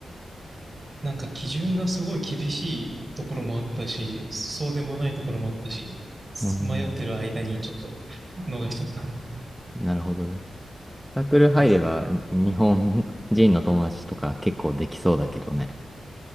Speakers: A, on the right; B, in the centre.
A: なんか基準がすごい厳しいところもあったし、そうでもないところもあったし、
B: うん。
A: 迷ってる間にちょっと逃しちゃった。
B: なるほどね。サークル入れば、
A: そうそう。
B: に日本人の友達とか結構できそうだけどね。